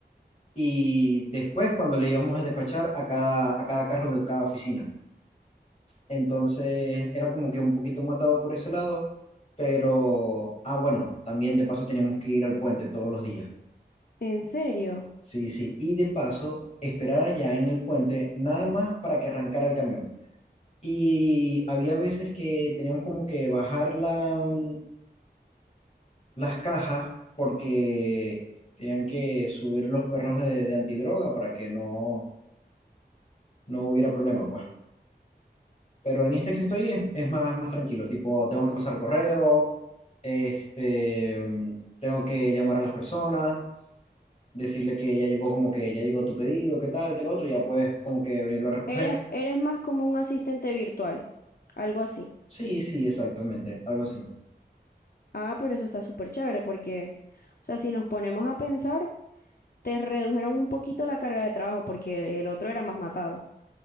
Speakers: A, on the left; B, on the left.
A: y después cuando le íbamos a despachar a cada, a cada carro de cada oficina. Entonces era como que un poquito matado por ese lado, pero, ah, bueno, también de paso teníamos que ir al puente todos los días.
B: ¿En serio?
A: Sí, sí, y de paso, esperar allá en el puente nada más para que arrancara el camión. Y había veces que teníamos como que bajar la, mm, las cajas porque tenían que subir los perros de, de antidroga para que no, no hubiera problema, pues. Pero en este que estoy es, es más, más tranquilo, tipo, tengo que pasar correo, este, mm, tengo que llamar a las personas, decirle que ya llegó como que ya llegó tu pedido, qué tal, qué lo otro, y ya puedes como que venirlo a recoger
B: Eres, eres más como un asistente virtual, algo así.
A: Sí, sí, exactamente, algo así.
B: Ah, pero eso está súper chévere porque, o sea, si nos ponemos a pensar, te redujeron un poquito la carga de trabajo porque el otro era más matado.